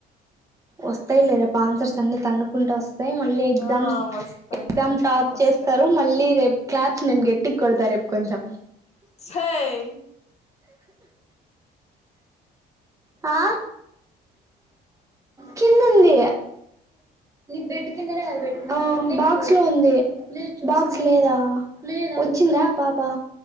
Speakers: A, on the right (about 20°); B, on the left (about 40°).
A: వస్తాయిలే పా ఆన్సర్స్ అన్ని తన్నుకుంట వస్తా మళ్ళీ ఎగ్జామ్స్
B: ఆ వస్తాయి
A: ఎగ్జామ్ టాప్
B: వస్తాయి
A: చేస్తారు మళ్ళీ రేపూ క్లాప్స్ నేను గట్టిగా కొడతా రేపు కొంచెం
B: ఒసేయ్
A: ఆ కిందంది బ కింద బాక్స్ లో ఉంది బాక్స్ లేదా వచ్చిందా పా పా